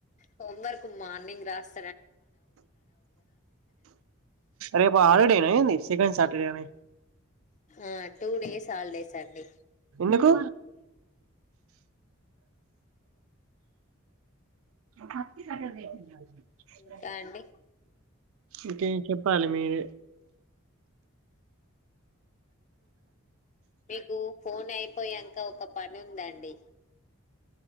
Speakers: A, on the left; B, on the right.
A: హోంవర్క్ మార్నింగ్ రాస్
B: రేపు హలీడేనా ఏంది సెకడ్ సటర్డేనా
A: ఆ టూ డేస్ హాలిడేస్ అండి
B: ఎందుకు హస్తి <unintelligible>
A: ఇంకా అండి
B: ఇంకేం చెప్పాలి మీరే
A: మీకు ఫోన్ అయిపోయాంక ఒక పని ఉందండి